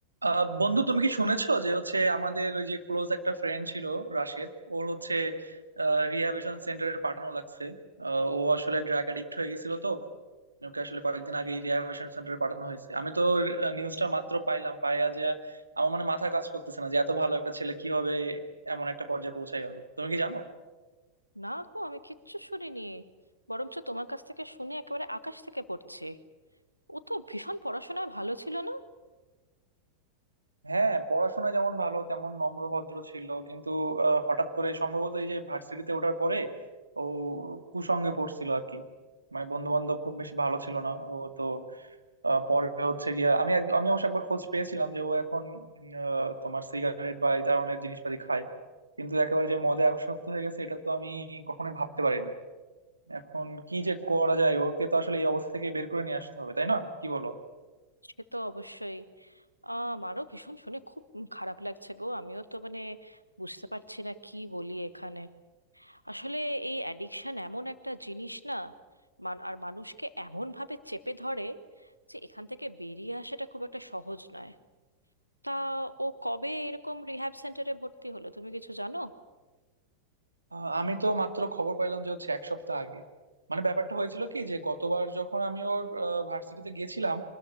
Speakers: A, on the right; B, on the left.
A: আহ বন্ধু তুমি কি শুনেছো যে হচ্ছে আমাদের ওই যে ক্লোজ একটা ফ্রেন্ড ছিল রাশেদ ওর হচ্ছে রিহ্যাবিলিটেশন সেন্টারে পাঠানো লাগছে আহ, ও আসলে ড্রাগ অ্যাডিক্ট হয়ে গেছিল তো ওকে আসলে কয়েকদিন আগে রিহ্যাবিলিটেশন সেন্টারে পাঠানো হয়েছে আমি তো নিউজটা মাত্র পাইলাম পাইয়া যে আমার মানে মাথা কাজ করতেছে না যে এত ভালো একটা ছেলে কিভাবে এমন একটা পর্যায়ে পৌঁছে গেল তুমি কি জানো
B: না গো আমি কিচ্ছু শুনিনি বরঞ্চ তোমার কাছ থেকে শুনে একেবারে আকাশ থেকে পড়ছি ও তো ভীষণ পড়াশোনায় ভালো ছিল না
A: হ্যাঁ পড়াশোনা যেমন ভালো তেমন নম্র ভদ্র ছিল কিন্তু আহ, হঠাৎ করে সম্ভবত এই যে ভার্সিটিতে ওঠার পরে ও কুসঙ্গে পড়ছিল আর কি মানে বন্ধু বান্ধব খুব বেশি ভালো ছিল না ও তো আহ, পরে হচ্ছে গিয়া আমি এক- আমি অবশ্য একবার খোঁজ পেয়েছিলাম যে ও এখন উম, আহ, তোমার সিগারেট বা এই ধরনের জিনিসপাতি খায় কিন্তু একেবারে যে মদে আসক্ত হয়ে গেছে এটা তো আমি কখনোই ভাবতে পারিনি এখন কি যে করা যায় ওকে তো আসলে এই অবস্থা থেকে বের করে নিয়ে আসতে হবে তাই না কি বলো
B: সে তো অবশ্যই আহ, আমারও ভীষণ শুনে খুব খারাপ লাগছে গো আমিও তো মানে বুঝতে পারছি না কি বলি এখানে আসলে এই অ্যাডিকশন এমন একটা জিনিস না মান- আর মানুষকে এমন ভাবে চেপে ধরে যে এখান থেকে বেরিয়ে আসাটা খুব একটা সহজ নয় তা ও কবে এরকম রিহ্যাব সেন্টারে ভর্তি হলো তুমি কিছু জানো
A: আহ, আমি তো মাত্র খবর পাইলাম যে হচ্ছে এক সপ্তাহ আগে মানে ব্যাপারটা হয়েছিল কি যে গতবার যখন আমি ওর ভার্সিটিতে গেছিলাম